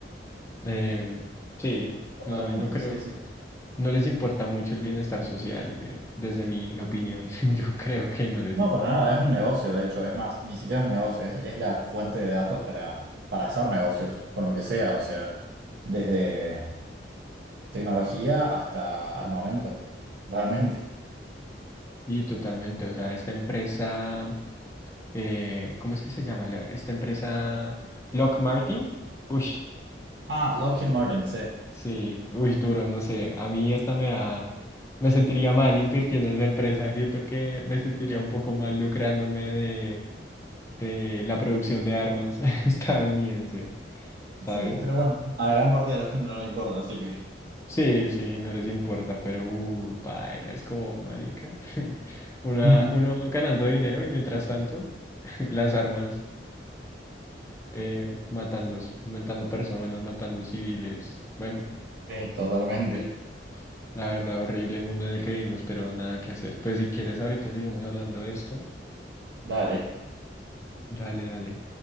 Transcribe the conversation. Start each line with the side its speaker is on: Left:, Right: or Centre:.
Left: Eh, sí,
Right: Totalmente,
Left: no, no creo,
Right: sí, sí.
Left: no les importa mucho el bienestar social, eh, desde mi opinión, <laughs> yo creo que no les
Right: No,
Left: importa.
Right: para nada, es un negocio, de hecho, es más, ni siquiera es un negocio, es, es la fuente de datos para, para hacer negocios, con lo que sea, o sea, desde tecnología hasta armamento, realmente.
Left: Y totalmente, o sea, esta empresa, eh, ¿cómo es que se llama? la- esta empresa Lock Martin, uy,
Right: Ah, Lockheed Martin, sí.
Left: sí, uy, duro, no sé, a mí esta me da, me sentiría mal invirtiendo en esa empresa, siento que me sentiría un poco mal lucrándome de, de la producción de armas <laughs> estadounidense, ¿sabes?
Right: Sí, pero bueno, a gran parte de la gente no le importa, así que...
Left: Sí, sí, no les importa, pero uh, paila, es como marica. <laughs> Una,
Right: <laughs>
Left: uno ganando dinero y mientras tanto, <laughs> las armas eh, matando, matando personas, matando civiles. Bueno,
Right: Sí, totalmente.
Left: horrible. La verdad, horrible el mundo en el que vivimos, pero nada que hacer. Pues si quieres, ahorita seguimos hablando de esto.
Right: Dale.
Left: Dale, dale.